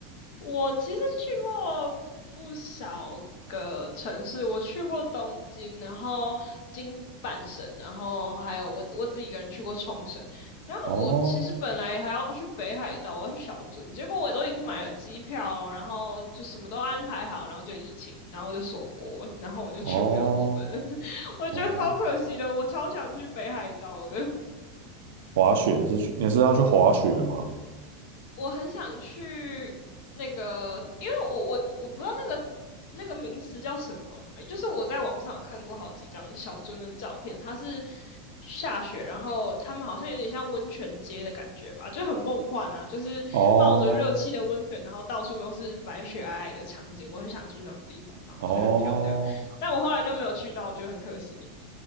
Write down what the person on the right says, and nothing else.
哦
哦
哦，
滑雪是去，你是要去滑雪吗？
哦
哦，